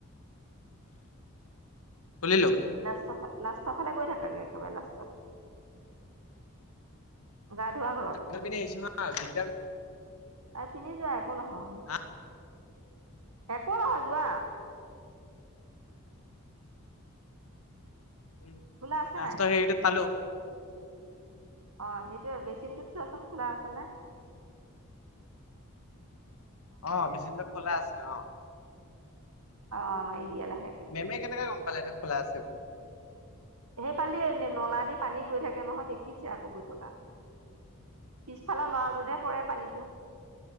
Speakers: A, on the left; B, on the right.
A: খুলিলো।
B: লাষ্টফা লাষ্টৰফালে গৈ থাকাকে একেবাৰে লাষ্টত গা ধোৱা ঘৰত
A: এই পিনে আহিছো হা দিগদাৰ
B: আগ পিনে যোৱা। একো নহয়।
A: হা
B: একো নহয় যোৱা।
A: উম',
B: খোলা আছে
A: লাষ্ট
B: নাই
A: হেৰিটোত পালো।
B: অহ', সেইটোৱে, বেচিনটোত চোৱাচোন খোলা আছে নাই।
A: অহ', মেচিনটো খোলা আছে। অহ ',
B: অহ', মাৰি দিয়া লাহেকে
A: মেমে কেনেকৈ গম পালে এইটা খোলা আছে বুলি।
B: হেই ফালেদি নলা দি পানী গৈ থাকে নহয় দেখিছে আকৌ গৈ থকা। পিছফালৰ নলাটোতহে পৰে পানীটো।